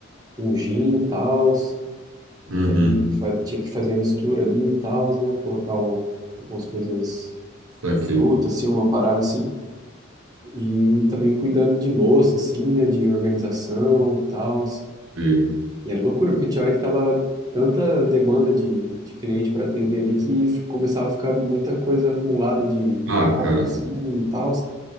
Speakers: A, on the right (about 20°); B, on the right (about 85°).
A: com gin e tal.
B: Uhum.
A: E daí fa- tinha que fazer a mistura ali e tal, né? Colocar um- algumas coisas
B: Saquei.
A: de fruta, assim, uma parada assim. E também cuidando de louça, assim, né? De organização e tal.
B: Sei.
A: E era loucura, porque tinha hora que tava tanta demanda de, de cliente para atender ali que f- começava a ficar muita coisa acumulada de, de
B: Ah,
A: copos,
B: cara.
A: assim, e tal.